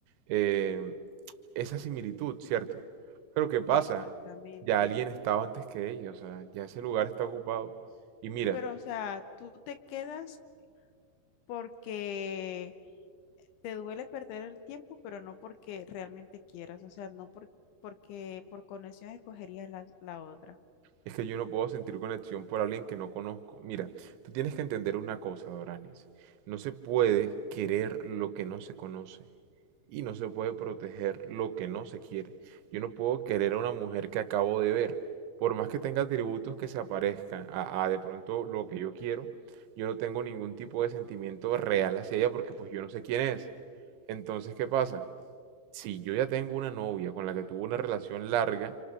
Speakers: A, on the right; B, on the left.
A: eh, esa similitud, ¿cierto? Pero ¿qué pasa?
B: Exactamente.
A: Ya alguien estaba antes que ella, o sea, ya ese lugar está ocupado. Y mira,
B: Pero, o sea, tú te quedas porque te duele perder el tiempo, pero no porque realmente quieras, o sea, no por- porque por conexión escogerías la, la otra.
A: es que yo no puedo sentir conexión por alguien que no conozco. Mira, tú tienes que entender una cosa, Doranis. No se puede querer lo que no se conoce. Y no se puede proteger lo que no se quiere. Yo no puedo querer a una mujer que acabo de ver. Por más que tenga atributos que se aparezcan a, a de pronto lo que yo quiero, yo no tengo ningún tipo de sentimiento real hacia ella porque pues yo no sé quién es. Entonces, ¿qué pasa? si yo ya tengo una novia con la que tuve una relación larga,